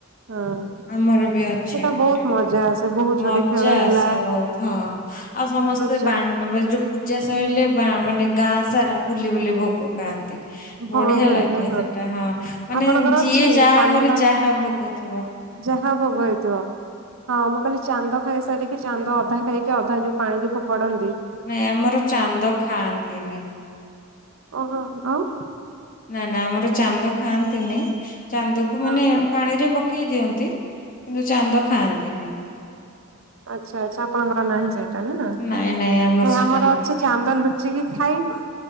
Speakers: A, on the right (about 75°); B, on the left (about 40°).
A: ହଁ
B: ଆମର ବି ଅଛି
A: ସେଟା
B: ଏପଟେ
A: ବହୁତ ମଜା ଆସେ ବୋହୁ ଚୋରି
B: ମଜା
A: ଖେଳ ହେଲା
B: ଆସେ ବହୁତ। ହଁ ଆଉ ସମସ୍ତେ
A: ଲୁଚ
B: ବା ଯୋଉ ପୂଜା ସଇଲେ ବା ମାନେ ଗାଁ ସାରା ବୁଲି ବୁଲି ଭୋଗ ଖାଆନ୍ତି।
A: ଭୋଗ
B: ବଢ଼ିଆ
A: ଖାଇବା
B: ଲାଗେ ସେଟା ହଁ ମାନେ
A: ଆପଣଙ୍କର
B: ଯିଏ
A: ଅଛି
B: ଯାହା
A: ଚାନ୍ଦା
B: ଘରେ ଯାହା ଭୋଗଥିବ।
A: ଯାହା ଭୋଗ ହେଇଥିବ। ହଁ ମୁଁ କହିଲି ଚାନ୍ଦ ଖାଇସାରିକି ଚାନ୍ଦ ଅଧା ଖାଇକି ଅଧା ଯୋଉ ପାଣିିକି ଫୋପାଡ଼ନ୍ତି।
B: ନାଇଁ ଆମର ଚାନ୍ଦ ଖାଆନ୍ତିନି।
A: ଓ ହୋ ଆଉ
B: ନା ନା ଆମର ଚାନ୍ଦ ଖାଆନ୍ତିନି ଚାନ୍ଦକୁ ମାନେ
A: ଆଚ୍ଛା।
B: ପାଣିରେ ପକେଇ ଦିଅନ୍ତି। କିନ୍ତୁ ଚାନ୍ଦ ଖାଆନ୍ତିନି।
A: ଆଚ୍ଛା ଆଚ୍ଛା ଆପଣଙ୍କର ନାହିଁ ସେଇଟା ନା?
B: ନାଇଁ ନାଇଁ ସେଟା
A: ଆମର
B: ନାଇଁ
A: ଅଛି ଚାନ୍ଦ ଲୁଚିକି ଖାଇବ